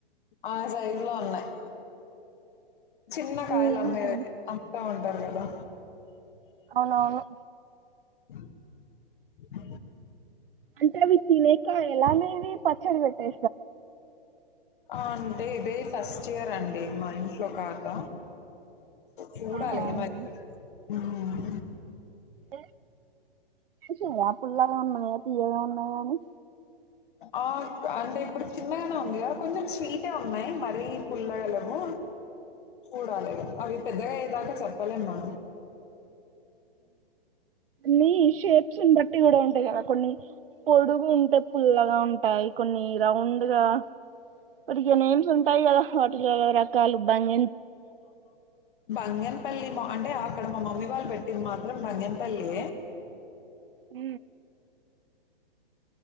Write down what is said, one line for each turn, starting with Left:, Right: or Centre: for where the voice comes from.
Left: ఆ సైజు లో ఉన్నాయి చిన్న కాయలు
Right: ఉహు
Left: అమేది అమ్ముతూంటారు ఉంటారు కదా
Right: అవునువును
Left: ఆ అ
Right: అంటే అవి తినేకె ఎలా అనేేవి పచ్చడి పెట్టే
Left: ఆ అంటే ఇదే ఫస్ట్ ఇయర్ అండి మా ఇంట్లో ఖత చూడాలే
Right: ఆహా అవునా
Left: ఏం అయితదో హ్మ్
Right: అ అేయా పుల్లాగా ఉన్నాయా పియగా ఉన్నాయా కాని
Left: ఆ అంటే ఇప్పుడు చిన్నగానే ఉంది కొంచెం స్వీటే ఉన్నాయి మరీ పుల్లగలము చూడాలి అవి పెద్దగాయ్యదాకా చెప్ పలెమా
Right: న షేప్స్ని బట్టి కూడా ఉంటాయి కదా కొన్ని పొడుగు ఉంటే పుల్లగా ఉంటాయి కొన్ని రౌండ్గా మరిక నమ్స్ ఉంటా హోటిల్ వల ర కాలు బాంగ
Left: బంగన్పల్లి మా అంటే ఆ అక్కడ మా మమ్మీ వాళ్ళు పెట్టింది మాత్రం భంగ్యంపల్లి
Right: అ